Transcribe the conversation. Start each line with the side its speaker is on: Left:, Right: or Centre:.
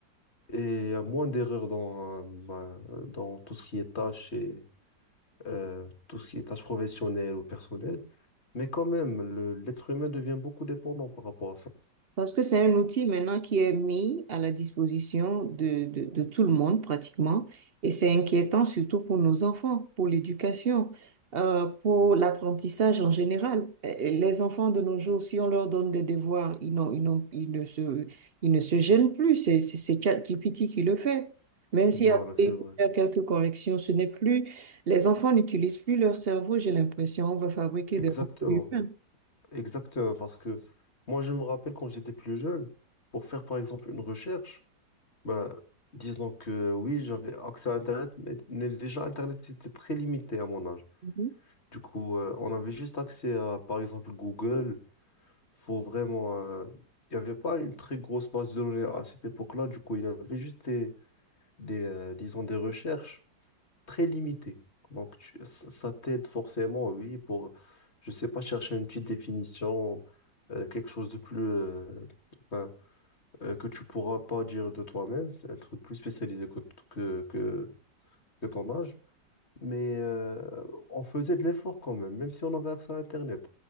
Left: et il y a moins d'erreurs dans, euh, bah, dans tout ce qui est tâches et euh, tout ce qui est tâches professionnelles ou personnelles. Mais quand même, le- l'être humain devient beaucoup dépendant par rapport à ça.
Right: Parce que c'est un outil maintenant qui est mis à la disposition de, de, de tout le monde pratiquement, et c'est inquiétant surtout pour nos enfants, pour l'éducation, euh, pour l'apprentissage en général. Euh, Les enfants de nos jours, si on leur donne des devoirs, ils n'ont, ils n'ont, ils ne se, ils ne se gênent plus, c'est c'est c'est ChatGPT qui le fait. Même
Left: Voilà,
Right: si après
Left: c'est
Right: il
Left: vrai.
Right: faut faire quelques corrections, ce n'est plus, les enfants n'utilisent plus leur cerveau, j'ai l'impression, on va fabriquer
Left: Exactement.
Right: des robots humains.
Left: Exactement. Parce que moi, je me rappelle quand j'étais plus jeune, pour faire par exemple une recherche, bah, disons que oui, j'avais accès à Internet, mais, mais déjà Internet était très limité à mon âge.
Right: Mhm.
Left: Du coup, euh, on avait juste accès à par exemple Google. Faut vraiment. euh, Il n'y avait pas une très grosse base de données à cette époque-là. Du coup, il y avait juste des, euh, disons, des recherches très limitées. Donc, tu- ça ça t'aide forcément, oui, pour, je sais pas, chercher une petite définition, euh, quelque chose de plus, euh, enfin, euh, que tu pourras pas dire de toi-même. C'est un truc plus spécialisé que, que, que, que ton âge. Mais euh, on faisait de l'effort quand même, même si on avait accès à Internet.